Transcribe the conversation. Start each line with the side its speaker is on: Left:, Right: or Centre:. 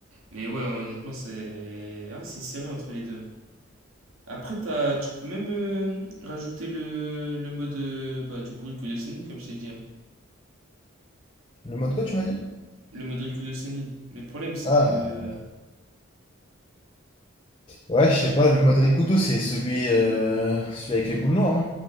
Right: Mais ouais, honnêtement, c'est. Ah, c'est serré entre les deux. Après, t'as- tu peux même euh, rajouter le, le mode euh, bah, du coup Rikudo Senin, comme je t'ai dit. hein.
Left: Le mode quoi, tu m'as dit?
Right: Le mode Rikudo Senin. Mais le problème, c'est
Left: Ah,
Right: que.
Left: ouais, je sais pas, le mode Rikudo, c'est celui, euh, celui avec les boules noires.